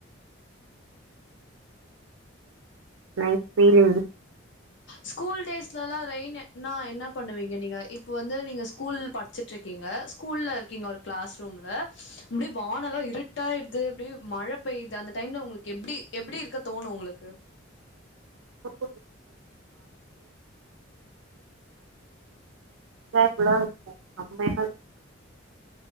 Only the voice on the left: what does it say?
ஸ்கூல் டேஸ்லலா ரெயின்ன னா என்ன பண்ணுவீங்க நீங்க இப்ப வந்து நீங்க ஸ்கூல் படிச்சிட்ருக்கீங்க கூல்ல இருக்கீங்க ஒரு கிளாஸ் ரூம்ல அப்டே வானலா இருட்டாயிடுது அப்டியே மழ பேயிது அந்த டைம்ல உங்களுக்கு எப்டி எப்டி இருக்க தோணு உங்களுக்கு